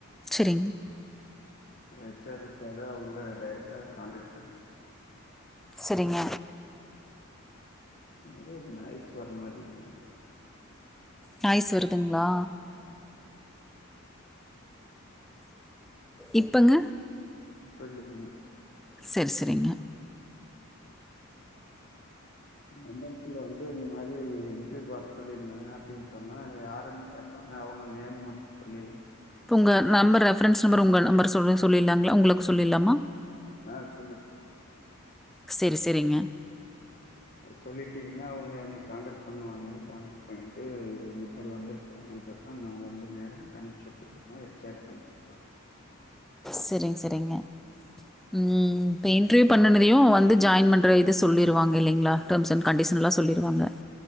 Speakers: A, in the centre; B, on the left.
A: <inaudible>
B: ஹெச்ஆர் இருப்பாகா அவங்கள டைரெக்ட்டா கான்டக்ட் பண்ணிக்
A: சரிங்க
B: ஏதோ ஒரு ஞாயிற்று வர மாரி இருக்க
A: நாய்ஸ் வருதுங்களா இப்பங்க
B: இப்பள்ளங்க
A: சரி சரிங்க
B: அந்த எடத்ல வந்து இந்த மாரி இருக்கு பாரு சொல்லிருந்தாங்க அப்டின் சொன்னா யாருனு கேப்பாங்க அவுங்க நேரம் முடிஞ்ச் சொல்லிருங்க
A: உங்க நம்பர் ரெஃபரன்ஸ் நம்பர் உங்க நம்பர் சொல்லு சொல்லிலாங்களா உங்ளுக்கு சொல்லிலாமா
B: ஆ சொல்லு
A: செரி செரிங்க
B: சொல்லிடீங்னா அவுங்க என்னய கான்ரக்ட் பண்ணுவாங்க கான்டக்ட் பண்ட்டு இந்த மாரி வந்துருகாங்க நா வந்து நேரா அனுப்ச்சு <unintelligible>
A: சரிங்க, சரிங்க. ம் இப்ப இண்ட்ருயூ பண்ணுனதயு வந்து ஜாயின் பண்ற இது சொல்லிருவாங்க இல்லைங்ளா டெம்ஸ் அண்ட் கண்டிஷன்லா சொல்லிருவாங்க